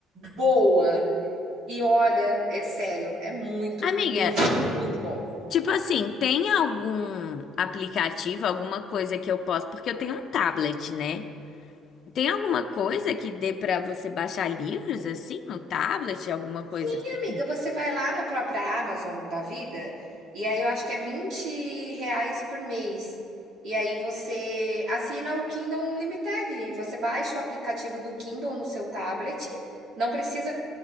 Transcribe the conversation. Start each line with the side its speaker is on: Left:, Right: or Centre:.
Right: boa. E olha, é sério, é muito,
Left: Amiga,
Right: muito, muito bom.
Left: Tipo assim, tem algum aplicativo, alguma coisa que eu posso, porque eu tenho um tablet, né? Tem alguma coisa que dê pra você baixar livros assim no tablet, alguma
Right: Sim,
Left: coisa assim?
Right: amiga, você vai lá na própria Amazon da vida, e aí eu acho que é vinte reais por mês. E aí você assina o Kindle Unlimited, e você baixa o aplicativo do Kindle no seu tablet, não precisa